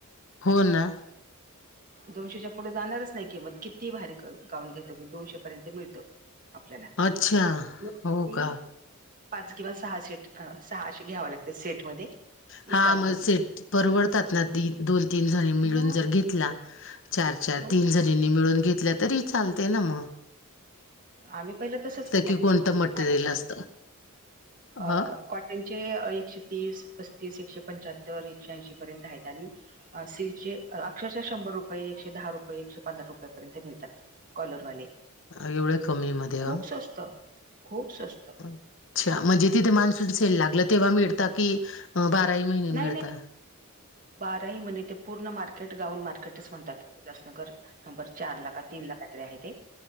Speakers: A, on the left (about 55°); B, on the right (about 35°).
A: हो ना.
B: दोनशेच्या पुढे जाणारच नाही किमत किती भारी गाऊन घ्या तुम्ही दोनशे पर्यंत मिळतो. आपल्याला.
A: अच्छा,
B: <inaudible>
A: हो का?
B: पाच किंवा सहा सेट अ सहा अशे घ्याव लागत सेटमध्ये.
A: हा
B: एक गाऊन
A: म
B: घेतलं
A: सेट परवडतात ना ती. दोन, तीन जणी मिळून
B: मग
A: जर घेतला चार चार
B: हो
A: तीन, जणी. जनी मिळून घेतल्या तरी चालते ना म.
B: आम्ही पहिलं तसेच करायचो
A: की कोणतं
B: <inaudible>
A: मटेरियल असतं?
B: अ
A: हां,
B: कॉटन त्यांचे एकशे तीस, पस्तीस, एकशे पंच्याहत्तर, एकशे ऐंशी पर्यंत आहेत आणि अ सिल्कचे अक्षरशः शंभर रुपये, एकशे दहा रुपये, एकशे पंधरा रुपयाेपर्यंत मिळतात. कॉलरवाले.
A: एवढे कमी मध्ये?
B: खूप सस्त. खूप सस्त.
A: अच्छा म्हणजे तिथे मान्सून सेल लागल तेव्हा मिडता की बाराही महिने
B: नाही
A: मिळता?
B: नाही बाराही महिने ते पूर्ण मार्केट गाऊन मार्केटच म्हणतात उल्हासनगर. नंबर चार ला का तीन ला काहीतरी आहे ते